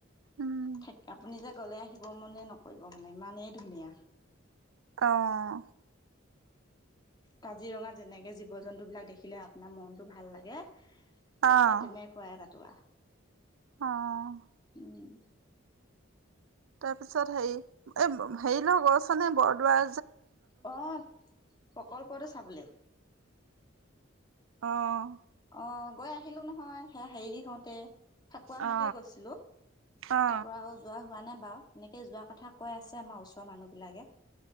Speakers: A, on the right; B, on the left.
A: উম
B: থাক আপুনি যে গলে আহিব মানে নকৰিব মানে ইমানেই ধুনীয়া
A: আহ
B: কাজিৰঙা যেনেকে জীৱ জন্তু বিলাক দেখিলে আপোনাৰ মনটো ভাল লাগে একেৱা
A: অ'
B: তেনেকুৱাই তাত কুটুৱা
A: অ'
B: উম।
A: তাৰপিছত হেৰি এ হেৰি লৰ গছ এনে বৰদোৱা
B: অঁ প্ৰকল্পটো চাবলৈ।
A: অঁ।
B: অঁ গৈ আহিলো নহয় সেয়া হেৰি হওঁতে। ফাকুৱ
A: অ
B: হঁতে গৈছিলো,
A: অ
B: তাৰ পৰা আৰু যোৱা হোৱা নাই বা এনেকে যোৱা কথা কৈ আছে আমাৰ ওচৰত ৰ মানুহ বিলাকে